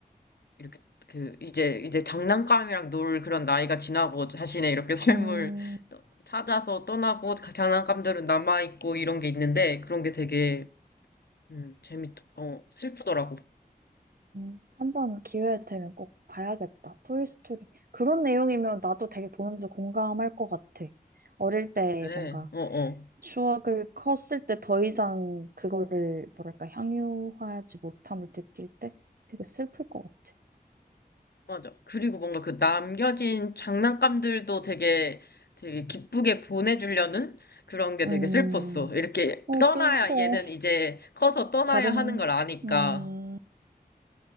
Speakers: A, on the left (about 85°); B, on the right (about 65°).
A: 이렇게 그 이제 이제 장난감이랑 놀 그런 나이가 지나고 자신의 이렇게 <laughs> 삶을
B: 음.
A: 떠- 찾아서 떠나고 가- 장난감들은 남아있고 이런 게 있는데 그런 게 되게 음, 재밌, 어, 슬프더라고.
B: 음, 한번 기회 되면 꼭 봐야겠다. 토이스토리. 그런 내용이면 나도 되게 보면서 공감할 것 같아. 어릴 때
A: 그래,
B: 뭔가
A: 어, 어.
B: 추억을 컸을 때 더 이상 그거를 뭐랄까 향유하지 못함을 느낄 때 되게 슬플 것 같아.
A: 맞아. 그리고 뭔가 그 남겨진 장난감들도 되게, 되게 기쁘게 보내주려는 그런 게
B: 음,
A: 되게 슬펐어. 이렇게
B: 어,
A: 떠나야,
B: 슬퍼.
A: 얘는 이제 커서 떠나야
B: 다른,
A: 하는 걸 아니까.
B: 음,